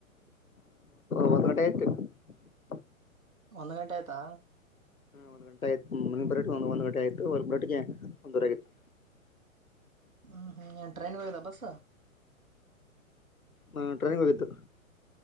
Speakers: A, on the left; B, on the right.
A: ಬ ಹಟತ <unintelligible>
B: ಒಂದು ಗಂಟೆ ಆಯ್ತಾ
A: ಒ ಗಂಟೆ ಆಯತ ಬ ಒಂದ ಒಂದು ಗಂಟೆ ಆಯ್ತು ಒ ಗಂಟೆಗೆ ಒಂದರ ಆತ್ತು
B: ಹ್ಮ್ ಹ್ಮ್ ಟ್ರೈನ್ ಬದಾ ಬಸ್
A: ಹ ಟ್ರೈನಿಂಗ್ ಹೋಗಿದ್ದು.